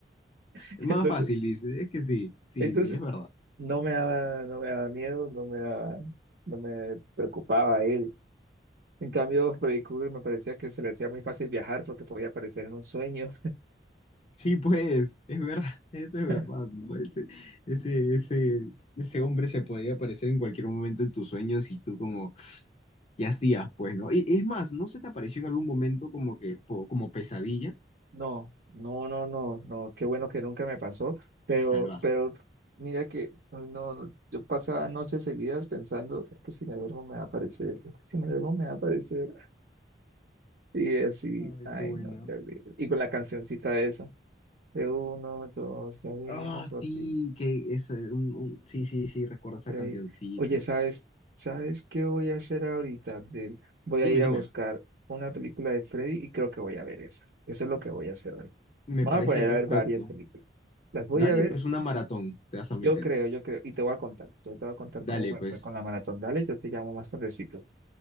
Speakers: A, on the right; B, on the left.
A: <laughs>
B: Más
A: Entonces,
B: fácil, dice. Es que sí, sí,
A: entonces
B: sí, es verdad.
A: No me daba, no me daba miedo, no me daba- no me preocupaba él. En cambio, Freddy Krueger me parecía que se le hacía muy fácil viajar porque podía aparecer en un sueño.
B: Sí, pues, es verdad, <laughs> eso es verdad,
A: <laughs>
B: ¿no? Ese, ese, ese, ese hombre se podía aparecer en cualquier momento en tus sueños y tú como... ¿Qué hacías, pues, no? Y es más, ¿no se te apareció en algún momento como que, po- como pesadilla?
A: No, no, no, no, no, qué bueno que nunca me pasó, pero,
B: Te salvaste.
A: pero mira que ay, no, yo pasaba noches seguidas pensando, es que si me duermo me va a aparecer, es que si me duermo me va a aparecer, y así,
B: Ay,
A: ay
B: qué bueno.
A: no, terrible. Y con la cancioncita esa, de uno, dos, se viene
B: Ah,
A: por
B: sí,
A: ti.
B: que es eh, un, un- Sí, sí, sí, recuerdo esa
A: Freddy.
B: cancioncita.
A: Oye, ¿sabes? ¿Sabes qué voy a hacer ahorita? Del- Voy
B: Dime,
A: a ir
B: dime.
A: a buscar una película de Freddy y creo que voy a ver esa. Eso es lo que voy a hacer hoy.
B: Me
A: Me
B: parece
A: voy a poner
B: perfecto.
A: a ver varias películas. Las voy
B: Dale,
A: a ver,
B: pues, una maratón te vas a
A: yo
B: meter.
A: creo, yo creo. Y te voy a contar. Yo te voy a contar
B: Dale,
A: cómo me
B: pues.
A: fue con la maratón. Dale, yo te llamo más tardecito.